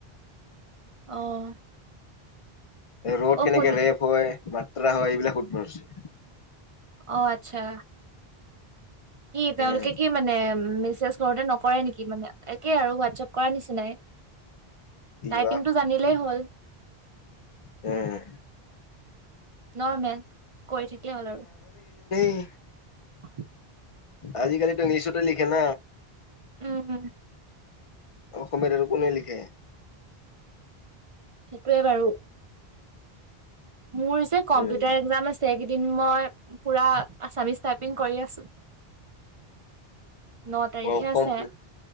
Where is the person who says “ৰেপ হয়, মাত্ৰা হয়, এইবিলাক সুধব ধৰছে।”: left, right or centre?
Left